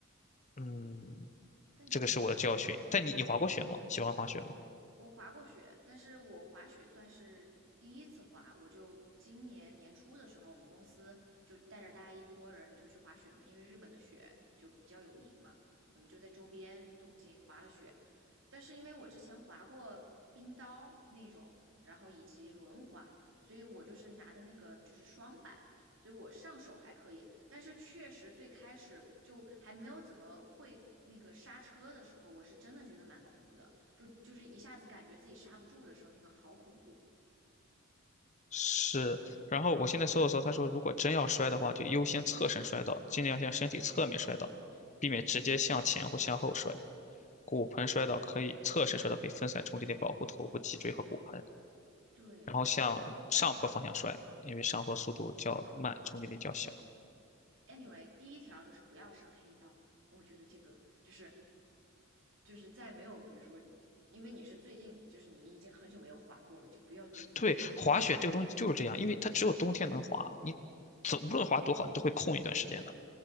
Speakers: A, on the left; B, on the right.
A: 嗯，
B: 但你那个时候，
A: 这个是我的教训。但你你滑过雪吗？喜欢滑雪吗？
B: 我滑过雪，但是我滑雪算是第一次滑，我就今年年初的时候，我们公司就带着大家一波人就去滑雪嘛，因为日本的雪就比较有名嘛，我们就在周边东京滑了雪，但是因为我之前滑过冰刀那种，然后以及轮滑，所以我就是拿的那个就是双板，所以我上手还可以。但是确实最开始就还没有怎么会那个刹车的时候，我是真的觉得蛮恐怖的，就就是一下子感觉自己刹不住的时候，那个好恐怖。
A: 是，然后我现在搜了搜，他说如果真要摔的话，就优先侧身摔倒，尽量向身体侧面摔倒，避免直接向前或向后摔。骨盆摔倒可以侧身摔倒，可以分散冲击力，保护头部、脊椎和骨盆。
B: 对，
A: 然后向上坡方向摔，因为上坡速度较慢，冲击力较小。
B: 哎 Anyway，第一条就是不要上黑道，我觉得这个就是就是在没有，比如说，因为你是最近，就是你已经很久没有滑过了，就不要第一次上
A: 对，滑雪这个东西就是这样，因为它只有冬天能滑，你走无论滑多好，你都会空一段时间的，